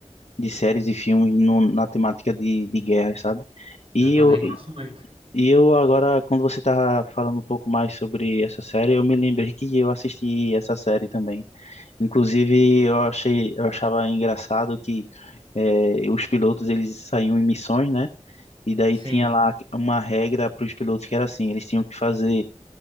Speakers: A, on the left (about 60°); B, on the right (about 50°).
A: de séries e filmes no- na temática de, de guerra, sabe? E
B: Eu também
A: eu
B: gosto
A: e
B: muito.
A: e eu agora quando você tá falando um pouco mais sobre essa série, eu me lembrei que eu assisti essa série também. Inclusive, eu achei eu achava engraçado que é, os pilotos eles saíam em missões, né? E daí
B: Sim.
A: tinha lá uma regra para os pilotos que era assim, eles tinham que fazer